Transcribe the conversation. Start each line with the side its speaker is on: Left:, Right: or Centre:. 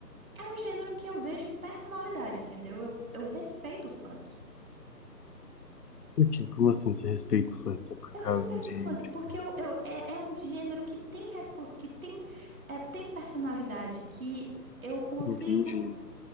Right: é um gênero que eu vejo personalidade, entendeu? Eu, eu respeito o funk.
Left: Porque, como assim, você respeita o funk? É por
Right: Eu
Left: causa
Right: respeito
Left: de,
Right: o funk
Left: tipo,
Right: porque eu, eu- é, é um gênero que tem, respo- que tem, é, tem personalidade, que eu consigo
Left: Entendi.